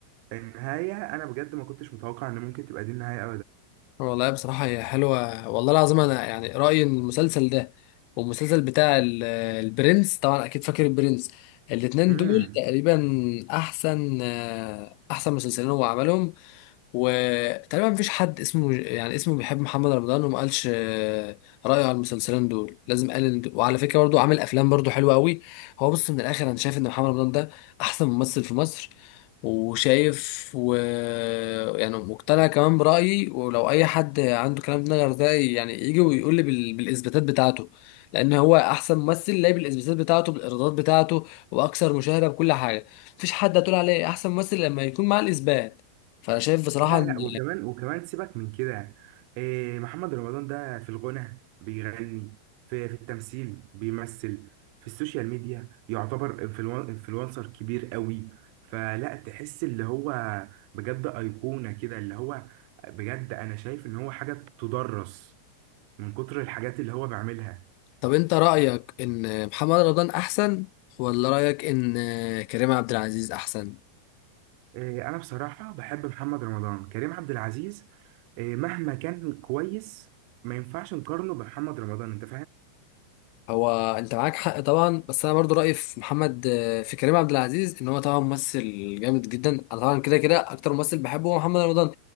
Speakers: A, on the right; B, on the left.
A: النهايه انا بجد ما كنتش متوقع ان ممكن تبقى دي النهايه
B: والله بصراحة هي حلوة والله العظيم أنا يعني رأيي إن المسلسل ده والمسلسل بتاع ال- البرنس طبعا أكيد فاكر البرنس الاتنين
A: ابدا
B: دول تقريبا أحسن آه، أحسن مسلسلين هو عملهم وتقريبا مفيش حد اسمه يعني اسمه بيحب محمد رمضان وما قالش آه، رأيه على المسلسلين دول لازم قال إن- وعلى فكرة برضو عامل افلام برضو حلوة قوي هو بص من الاخر انا شايف ان محمد رمضان ده احسن ممثل في مصر وشايف و يعني مقتنع كمان برأيي ولو اي حد عنده كلام في نظر ده يعني يجي ويقول لي بال... بالاثباتات بتاعته لان هو احسن ممثل لاقي بالاثباتات بتاعته بالايرادات بتاعته واكثر مشاهدة بكل حاجة مفيش حد هتقول عليه احسن ممثل لما يكون معاه الاثبات فانا شايف بصراحه
A: لا
B: ان
A: لا وكمان وكمان سيبك من كده إيه محمد رمضان ده في الغنى بيغني في في التمثيل بيمثل في السوشيال ميديا يعتبر انفلو- انفلونسر كبير قوي فلا تحس اللي هو بجد أيقونة كده اللي هو بجد أنا شايف إن هو حاجة تدرس من كتر الحاجات اللي هو بيعملها
B: طب انت رايك ان محمد رمضان احسن ولا رايك ان كريم عبد العزيز احسن
A: إيه أنا بصراحة بحب محمد رمضان كريم عبد العزيز إيه مهما كان كويس ما ينفعش نقارنه بمحمد رمضان أنت
B: هو انت معاك حق طبعا بس انا برضو رايي في محمد في كريم عبد العزيز ان هو طبعا ممثل جامد جدا انا طبعا كده كده اكتر ممثل بحبه هو محمد رمضان